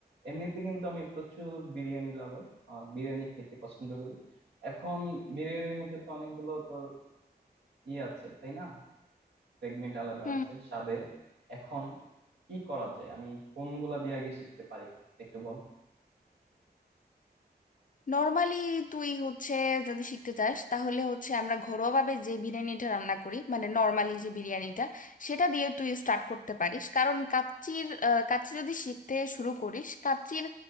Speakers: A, on the right (about 85°); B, on the left (about 50°).
A: এমনিতে কিন্তু আমি প্রচুর বিরিয়ানি লাভার বিরিয়ানি খেতে পছন্দ করি এখন বিরিয়ানির মধ্যে তো অনেকগুলো তোর ই আছে তাই না সেগমেন্ট আলাদা
B: হুম
A: আছে স্বাদে এখন কি করা যায় আমি কোনগুলা দিয়ে আগে শিখতে পারি একটু বল
B: নর্মালি তুই হচ্ছে যদি শিখতে চাস তাহলে হচ্ছে আমরা ঘরোয়াভাবে যে বিরিয়ানিটা রান্না করি মানে নর্মালি যে বিরিয়ানিটা সেটা দিয়ে তুই স্টার্ট করতে পারিস কারণ কাচ্চির আহ, কাচ্চি যদি শিখতে শুরু করিস কাচ্চির